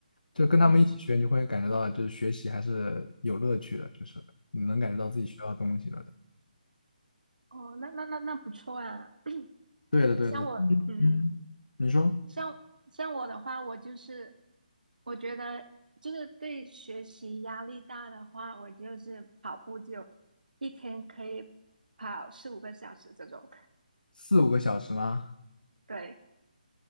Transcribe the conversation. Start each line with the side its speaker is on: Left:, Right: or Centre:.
Left: 就跟他们一起学，
Right: 嗯，
Left: 你就会感觉到就是学习还是有乐趣的，就是你能感觉到自己学到东西了的。
Right: 哦，那那那那不错啊。<clears throat>
Left: 对的，对的，
Right: 像我，
Left: 嗯嗯，
Right: 嗯嗯，
Left: 你说
Right: 像像我的话，我就是我觉得就是对学习压力大的话，我就是跑步就一天可以跑四五个小时这种。
Left: 四五个小时吗？
Right: 对，